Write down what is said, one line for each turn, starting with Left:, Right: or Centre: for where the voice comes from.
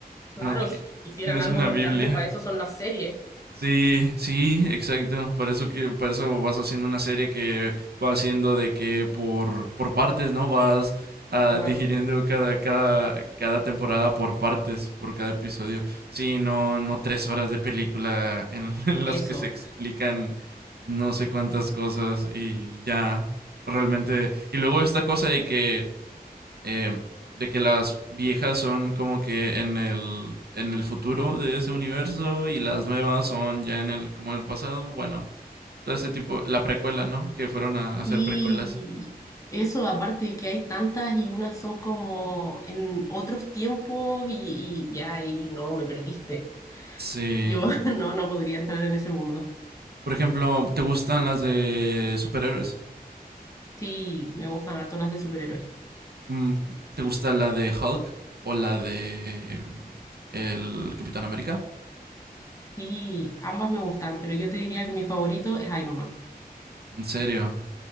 Right: No,
Left: Claro,
Right: que
Left: si quisieran
Right: no es
Left: algo
Right: una
Left: más
Right: Biblia.
Left: largo, para eso son las series.
Right: Sí, sí, exacto. Por eso que, por eso vas haciendo una serie que va haciendo de que por, por partes, ¿no? Vas ah,
Left: Claro,
Right: digiriendo cada, cada, cada temporada por partes, por cada episodio. Sí, no, no tres horas de película en, <laughs> en las
Left: eso.
Right: que se explican no sé cuántas cosas y ya realmente. Y luego esta cosa de que eh, de que las viejas son como que en el, en el futuro de ese universo y las nuevas son ya en el, como en el pasado. Bueno, todo ese tipo, la precuela, ¿no? Que fueron a, a hacer
Left: Y
Right: precuelas.
Left: eso, aparte de que hay tantas y unas son como en otros tiempos y, y ya, y no, me perdiste.
Right: Sí.
Left: Yo <laughs> no, no podría entrar en ese mundo.
Right: Por ejemplo, ¿te gustan las de superhéroes?
Left: Sí, me gustan harto las de superhéroes.
Right: Mm, ¿Te gusta la de Hulk o la de mm, el Capitán América?
Left: Sí, ambas me gustan, pero yo te diría que mi favorito es Iron Man.
Right: En serio.